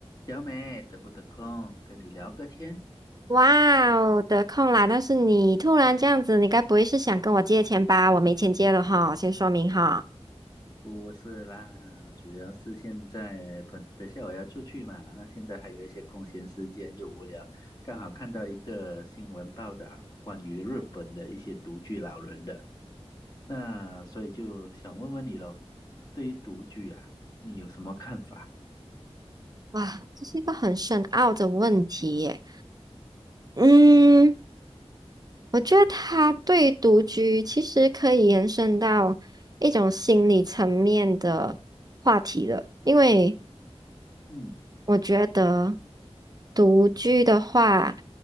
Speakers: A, on the left (about 35°); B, on the right (about 35°).
A: 小美，得不得空跟你聊个天？
B: 哇哦，得空啦！但是你突然这样子，你该不会是想跟我借钱吧？我没钱借了哈，先说明哈。
A: 不是啦，主要是现在本等下我要出去嘛，那现在还有一些空闲时间又无聊，刚好看到一个新闻报道关于日本的一些独居老人的，那所以就想问问你喽，对于独居啊，你有什么看法？
B: 哇，这是一个很深奥的问题耶。嗯，我觉得它对独居其实可以延伸到一种心理层面的话题了，因为
A: 嗯
B: 我觉得独居的话，